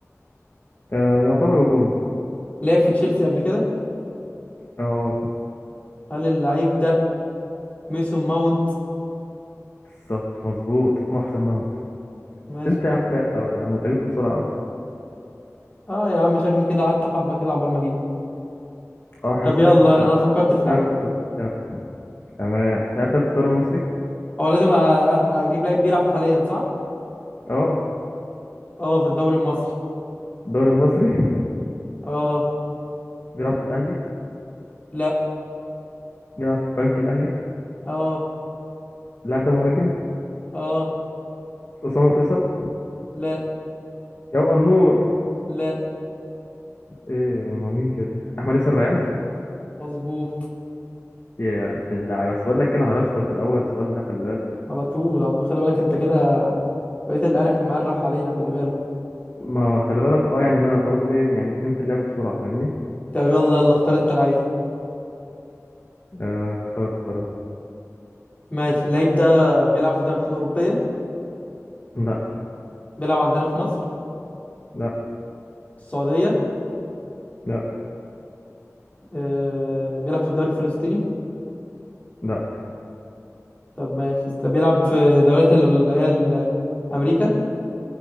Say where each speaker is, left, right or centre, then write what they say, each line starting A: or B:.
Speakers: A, on the left; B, on the left.
A: آه يعتبر هجومي
B: لعب في تشيلسي قبل كده
A: اه
B: هل اللعيب ده ميسون ماونت
A: بالظبط مظبوط محسن ماونت
B: ماشي
A: بس أنت يا
B: حلو
A: عم مرح أوي يا عم أنت جبته بسرعة أوي
B: اه يا عم شكلي كده قعدت حبة كده عقبال ما اجيبه
A: اه حاسسك
B: طب يلا انا فكرت في
A: فاهم
B: لعيب
A: في خطة اللعبة تمام اللاعب ده في الدوري المصري؟
B: هو لازم أ- أ- اجيب لعيب بيلعب حاليا صح
A: اه
B: اه في الدوري المصري
A: الدوري المصري <laughs>
B: اه
A: بيلعب في الأهلي
B: لا
A: بيلعب في البنك الأهلي
B: اه
A: اللاعب ده مهاجم
B: اه
A: أسامة فيصل
B: لا
A: يا النور
B: لا
A: ايه هما مين كده؟ أحمد ياسر ريان
B: مظبوط
A: يا عبد اللعيبة بس بقول لك إيه، أنا هرشتك في الأول السؤال ده خلي بالك
B: على طول على طول خلي بالك انت كده بقيت القارح المقرح علينا خلي بالك
A: ما خلي بالك اه يعني انا برضو ايه يعني فهمت اللعبة بسرعة فاهمني
B: طب يلا يلا اختار انت لعيب
A: آه اخترت خلاص
B: ماشي اللعيب ده بيلعب في الدوريات الأوروبية
A: لا
B: بيلعب عندنا في مصر
A: لا
B: في السعودية
A: لا
B: آه بيلعب في الدوري الفلسطيني
A: لا
B: طب ماشي طب بيلعب في دوريات ال- اللي هي ال- أمريكا